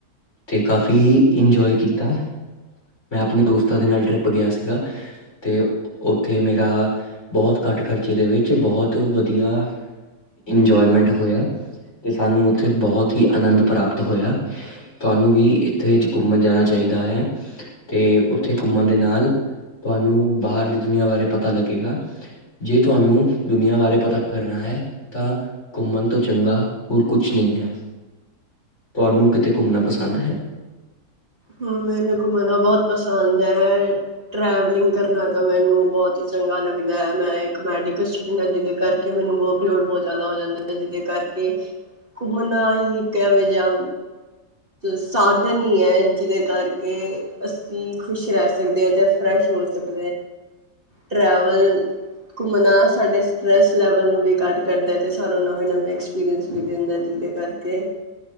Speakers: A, on the left (about 45°); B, on the right (about 35°).
A: ਅਤੇ ਕਾਫ਼ੀ ਇੰਜੋਏ ਕੀਤਾ ਮੈਂ ਆਪਣੇ ਦੋਸਤਾਂ ਦੇ ਨਾਲ ਟਰਿਪ ਗਿਆ ਸੀਗਾ ਅਤੇ ਉੱਥੇ ਮੇਰਾ ਬਹੁਤ ਘੱਟ ਖਰਚੇ ਦੇ ਵਿੱਚ ਬਹੁਤ ਵਧੀਆ ਇੰਜੋਏਮੈਂਟ ਹੋਇਆ, ਅਤੇ ਸਾਨੂੰ ਉੱਥੇ ਬਹੁਤ ਹੀ ਆਨੰਦ ਪ੍ਰਾਪਤ ਹੋਇਆ। ਤੁਹਾਨੂੰ ਵੀ ਇੱਥੇ ਘੁੰਮਣ ਜਾਣਾ ਚਾਹੀਦਾ ਹੈ ਤੇ ਉੱਥੇ ਘੁੰਮਣ ਦੇ ਨਾਲ ਤੁਹਾਨੂੰ ਬਾਹਰ ਦੀ ਦੁਨੀਆਂ ਬਾਰੇ ਪਤਾ ਲੱਗੇਗਾ ਜੇ ਤੁਹਾਨੂੰ ਦੁਨੀਆਂ ਬਾਰੇ ਪਤਾ ਕਰਨਾ ਹੈ ਤਾਂ ਘੁੰਮਣ ਤੋਂ ਚੰਗਾ ਹੋਰ ਕੁਛ ਨਹੀਂ ਹੈ, ਤੁਹਾਨੂੰ ਕਿਤੇ ਘੁੰਮਣਾ ਪਸੰਦ ਹੈ?
B: ਹਾਂ ਮੈਨੂੰ ਘੁੰਮਣਾ ਬਹੁਤ ਪਸੰਦ ਹੈ, ਟਰੈਵਲਿੰਗ ਕਰਨਾ ਤਾਂ ਮੈਨੂੰ ਬਹੁਤ ਹੀ ਚੰਗਾ ਲੱਗਦਾ ਹੈ, ਮੈਂ ਇੱਕ ਮੈਡੀਕਲ ਸਟੂਡੈਂਟ ਹਾਂ ਜਿਹਦੇ ਕਰਕੇ ਮੈਨੂੰ ਵਰਕਲੋਡ ਬਹੁਤ ਜ਼ਿਆਦਾ ਹੋ ਜਾਂਦਾ ਹੈ, ਜਿਹਦੇ ਕਰਕੇ ਘੁੰਮਣਾ ਹੀ ਇਕ ਐਵੇਂ ਜਿਹਾ ਸਾਧਨ ਹੀ ਹੈ ਜਿਹਦੇ ਕਰਕੇ ਅਸੀਂ ਖੁਸ਼ ਰਹਿ ਸਕਦੇ ਹਾਂ, ਤੇ ਫਰੈਸ਼ ਹੋ ਸਕ ਟਰੈਵਲ ਘੁੰਮਣਾ ਸਾਡੇ ਸਟਰੈਸ ਲੈਵਲ ਨੂੰ ਵੀ ਘੱਟ ਕਰਦਾ ਅਤੇ ਸਾਨੂੰ ਨਵੇਂ- ਨਵੇਂ ਐਕਸਪੀਰੀਅੰਸ ਵੀ ਦਿੰਦਾ ਜਿਹਦੇ ਕਰਕੇ ਤੇ